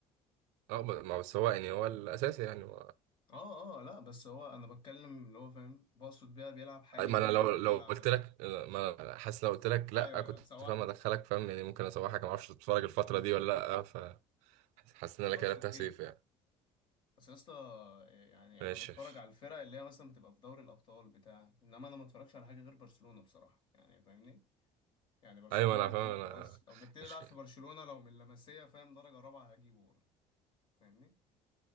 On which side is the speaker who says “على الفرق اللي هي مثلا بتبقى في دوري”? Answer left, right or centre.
Left